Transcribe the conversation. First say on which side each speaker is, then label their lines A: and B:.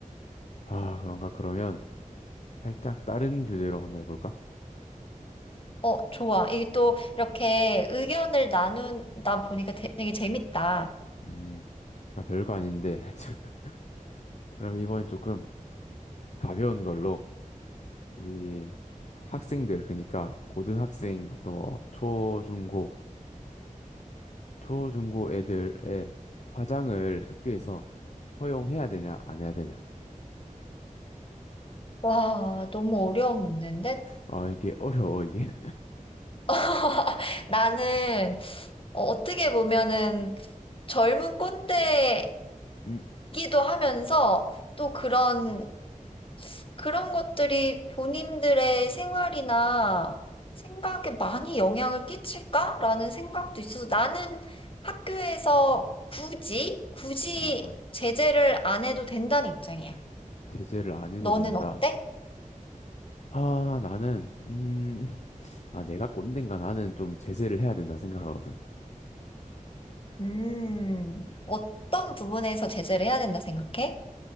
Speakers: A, on the left; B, on the left.
A: 아, 그런가? 그러면, 살짝 다른 주제로 한번 해볼까?
B: 어, 좋아. 이 또 이렇게 의견을 나누다 보니까 되- 되게 재밌다.
A: 음, 그러니까 별거 아닌데, <laughs> 그럼 이번엔 조금 가벼운 걸로, 우리 학생들 그러니까 고등학생부터 초중고 초중고 애들의 화장을 학교에서 허용해야 되냐 안 해야 되냐
B: 와, 너무 어려운 문제인데?
A: 아 이게 어려워 이게
B: <laughs> 나는 어, 어떻게 보면은 젊은 꼰대이기도
A: <laughs> 음,
B: 하면서 또 그런, 그런 것들이 본인들의 생활이나 생각에 많이 영향을 끼칠까라는 생각도 있어서 나는 학교에서 굳이, 굳이
A: 아
B: 제재를 안 해도 된다는 입장이야.
A: 제재를 안 해도
B: 너는
A: 된다
B: 어때?
A: 아 나는 음 <laughs> 아 내가 꼰대인가 나는 좀 제재를 해야 된다 생각하거든
B: 음, 어떤 부분에서 제재를 해야 된다 생각해?